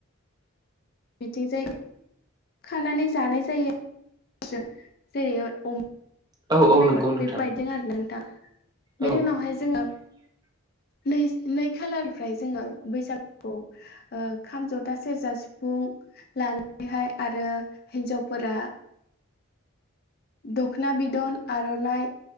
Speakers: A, on the left; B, on the right.
A: बिथिं जायगायाव खानानै जानाय जायो जों जेरैयो अमा
B: औ औ
A: बेदर
B: नंगौ नोंथां
A: बेफोर बायदिनो आरो ना बेनि
B: औ
A: उनावहाय जोङो
B: <inaudible>
A: नै नै खालारनिफ्राय जोङो बैसागुखौ ओ खाम जथा सेरजा सिफुं लानानैहाय आरो हिनजावफोरा
B: <inaudible>
A: दखना बिदन आर'नाइ